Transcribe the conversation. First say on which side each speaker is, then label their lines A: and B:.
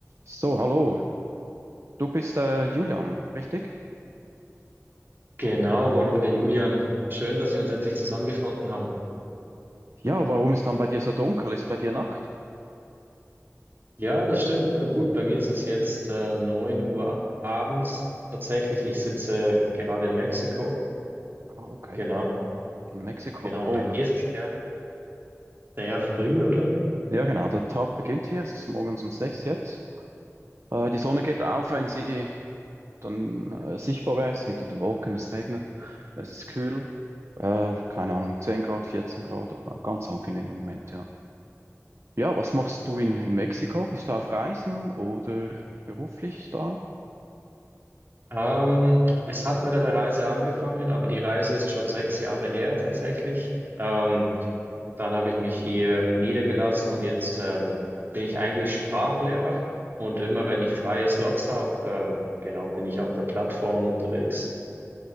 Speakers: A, on the right; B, on the right.
A: So, hallo. Du bist äh, Julian, richtig?
B: Genau, Roland, ich bin der Julian. Schön, dass wir uns endlich zusammengefunden haben.
A: Ja, warum ist dann bei dir so dunkel? Ist bei dir Nacht?
B: Ja, das stimmt. Gut, bei mir ist es jetzt äh, 9 Uhr abends tatsächlich. Ich sitze gerade in Mexiko.
A: Ah, okay.
B: Genau,
A: In Mexiko.
B: genau.
A: Oh,
B: Bei dir
A: das ist...
B: ist es ja sehr früh, oder?
A: Ja, genau. Der Tag beginnt hier. Es ist morgens um sechs jetzt. Äh, die Sonne geht auf, wenn sie dann äh, sichtbar wäre. Es ist hinter den Wolken, es regnet. Es ist kühl. Äh, keine Ahnung, 10 Grad, 14 Grad, aber ein ganz angenehmer Moment, ja. Ja, was machst denn du in, in Mexiko? Bist du auf Reisen oder beruflich da?
B: Ähm, es hat mit einer Reise angefangen, aber die Reise ist schon sechs Jahre her tatsächlich. Ähm, Und dann habe ich mich hier niedergelassen und jetzt ähm, bin ich eigentlich Sprachlehrer. Und immer wenn ich freie Slots habe, ähm, genau, bin ich auf der Plattform unterwegs.